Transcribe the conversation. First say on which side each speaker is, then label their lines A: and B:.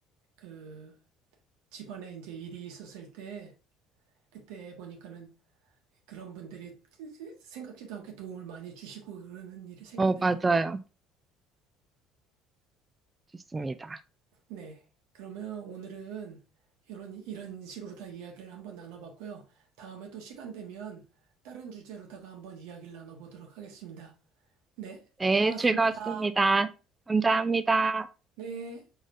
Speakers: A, on the right; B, on the right.
A: 그 집안에 이제 일이 있었을 때 그때 보니까는 그런 분들이 생각지도 않게 도움을 많이 주시고 그러는 일이 생기더라고요.
B: 어, 맞아요. 좋습니다.
A: 네. 그러면 오늘은 이런 이런 식으로 다 이야기를 한번 나눠봤고요. 다음에 또 시간 되면 다른 주제로다가 한번 이야기를 나눠보도록 하겠습니다. 네.
B: 네,
A: 고맙습니다.
B: 즐거웠습니다. 감사합니다.
A: 네.